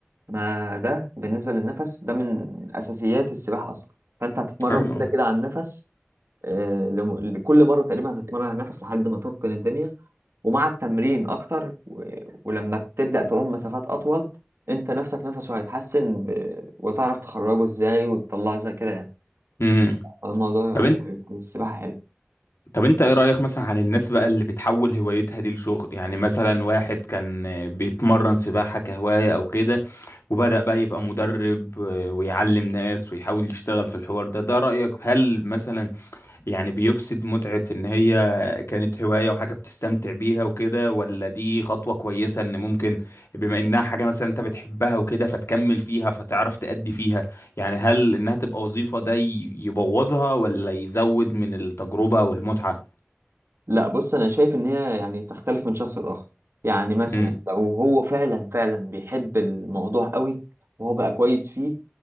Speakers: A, on the right; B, on the left.
A: ما ده بالنسبة للنفس ده من أساسيات السباحة أصلا فأنت هتتمرن
B: ايوه
A: كده كده على النفس آه، لم- لكل مرة تقريبا هتتمرن على النفس لحد ما تتقن الدنيا ومع التمرين أكتر و- ولما تبدأ تعوم مسافات أطول أنت نفسك نفسه هيتحسن ب... وتعرف تخرجه إزاي وتطلعه إزاي كده يعني
B: امم
A: الموضوع
B: طب انت
A: حلو، السباحة حلوة
B: طب انت ايه رايك مثلا عن الناس بقى اللي بتحول هوايتها دي لشغل يعني مثلا واحد كان بيتمرن سباحه كهوايه او كده وبدا بقى يبقى مدرب ويعلم ناس ويحاول يشتغل في الحوار ده ده رايك هل مثلا يعني بيفسد متعة ان هي كانت هواية وحاجة بتستمتع بيها وكده ولا دي خطوة كويسة ان ممكن بما انها حاجة مثلا انت بتحبها وكده فتكمل فيها فتعرف تأدي فيها يعني هل انها تبقى وظيفة ده ي- يبوظها ولا يزود من التجربة والمتعة
A: لا بص انا شايف ان هي يعني تختلف من شخص لاخر يعني مثلا
B: امم
A: لو هو فعلا فعلا بيحب الموضوع قوي وهو بقى كويس فيه